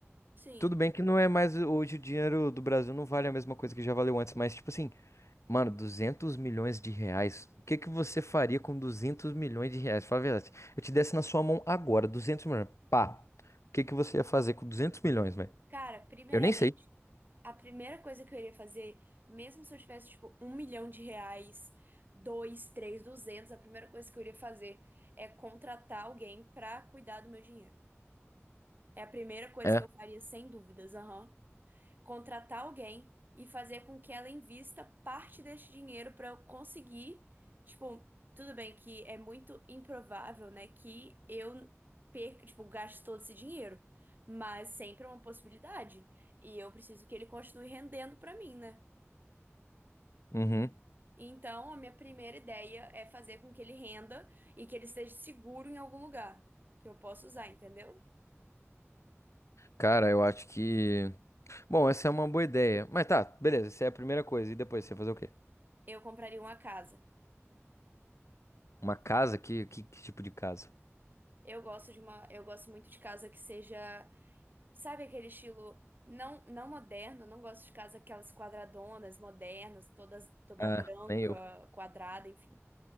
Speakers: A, on the right (about 40°); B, on the left (about 75°).
A: Sim.
B: Tudo bem que não é mais hoje o dinheiro do Brasil não vale a mesma coisa que já valeu antes, mas tipo assim, Mano, 200 milhões de reais. O que que você faria com 200 milhões de reais? Fala a verdade. Eu te desse na sua mão agora, 200 milhões. Pá. O que que você ia fazer com 200 milhões, velho?
A: Cara, primeiramente,
B: Eu nem sei.
A: a primeira coisa que eu iria fazer, mesmo se eu tivesse, tipo, um milhão de reais, dois, três, duzentos, a primeira coisa que eu iria fazer é contratar alguém pra cuidar do meu dinheiro. É a primeira coisa
B: É.
A: que eu faria, sem dúvidas, aham. contratar alguém e fazer com que ela invista parte desse dinheiro para eu conseguir, tipo, tudo bem que é muito improvável, né, que eu perca, tipo, gaste todo esse dinheiro, mas sempre é uma possibilidade e eu preciso que ele continue rendendo para mim, né?
B: Uhum.
A: Então, a minha primeira ideia é fazer com que ele renda e que ele esteja seguro em algum lugar que eu possa usar, entendeu?
B: Cara, eu acho que. Bom, essa é uma boa ideia. Mas tá, beleza. Essa é a primeira coisa. E depois, você ia fazer o quê?
A: Eu compraria uma casa.
B: Uma casa? Que, que, que tipo de casa?
A: Eu gosto de uma, eu gosto muito de casa que seja Sabe aquele estilo não, não moderno? Não gosto de casa aquelas quadradonas, modernas, todas, toda
B: Ah,
A: branca,
B: nem eu.
A: quadrada, enfim.